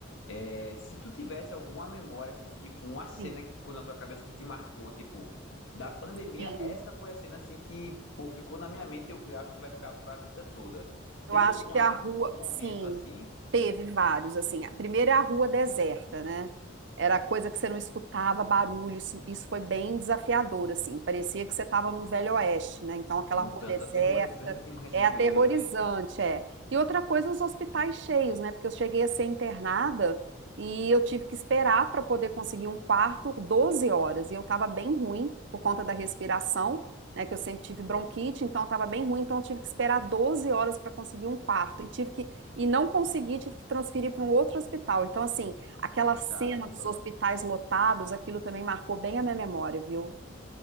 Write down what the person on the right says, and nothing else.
Sim,
sim.
Eu
acho
que a rua,
sim,
teve vários, assim. A primeira é a rua deserta, né? Era coisa que você não escutava barulho, isso, isso foi bem desafiador, assim. Parecia que você estava num velho oeste, né? Então aquela
rua
deserta
é aterrorizante,
é. E outra coisa, os hospitais cheios, né? Porque eu cheguei a ser internada e eu tive que esperar para poder conseguir um quarto 12 horas, e eu estava bem ruim por conta da respiração né, que eu sempre tive bronquite, então eu estava bem ruim, então eu tive que esperar 12 horas para conseguir um quarto e tive que e não consegui, tive que transferir para um outro hospital. Então assim, aquela cena
dos hospitais lotados, aquilo também marcou bem a minha memória, viu?